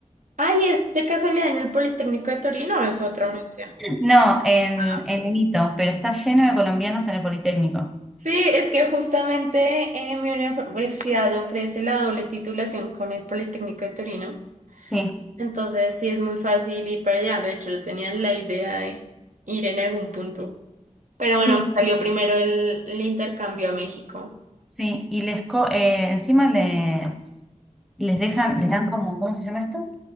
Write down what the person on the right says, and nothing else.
Ay, es de casualidad en el Politécnico de Torino, es otra universidad.
Ah.
Sí, es que justamente eh, mi universidad ofrece la doble titulación con el Politécnico de Torino.
Entonces sí es muy fácil ir para allá. De hecho, yo tenía la idea de ir en algún punto. Pero bueno,
me salió primero el, el intercambio a México.